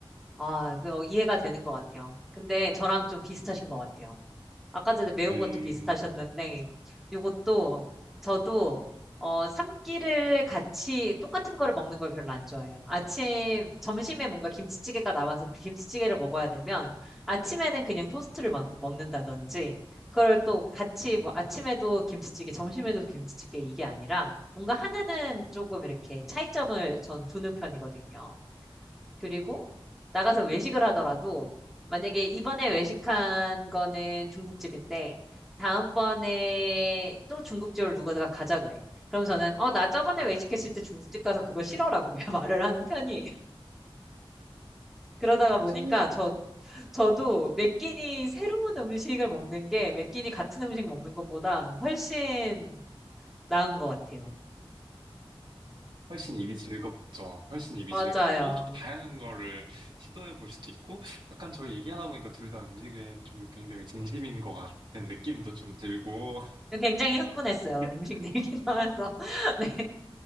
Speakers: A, in the centre; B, on the right.
A: 아, 그, 어, 이해가 되는 것 같아요. 근데 저랑 좀 비슷하신 것 같아요. 아까 전에 매운
B: 음,
A: 것도 비슷하셨는데, 요것도 저도 어, 삼끼를 같이 똑같은 거를 먹는 걸 별로 안 좋아해요. 아침, 점심에 뭔가 김치찌개가 남아서 그 김치찌개를 먹어야 되면 아침에는 그냥 토스트를 먹, 먹는다든지, 그걸 또 같이
B: 음.
A: 뭐 아침에도 김치찌개, 점심에도 김치찌개 이게 아니라 뭔가 하나는 조금 이렇게 차이점을 전 두는 편이거든요. 그리고 나가서 외식을 하더라도 만약에 이번에 외식한 거는 중국집인데 다음번에 또 중국집을 누가 가자 그래. 그럼 저는 어, 나 저번에 외식했을 때 중국집 가서 그거 싫어라고 <laughs> 말을 하는 편이에요. 그러다가 보니까
B: 음.
A: 저 저도 매 끼니 새로운 음식을 먹는 게 매 끼니 같은 음식 먹는 것보다 훨씬 나은 것 같아요.
B: 훨씬 입이 즐겁죠. 훨씬 입이
A: 맞아요.
B: 즐겁고 좀 다양한 거를 시도해 볼 수도 있고 약간 저희 얘기하다 보니까 둘 다 음식에 좀 굉장히 진심인 것 같은 느낌도 좀 들고
A: 굉장히 흥분했어요.
B: <laughs>
A: 음식 얘기 나와서. <laughs> 네.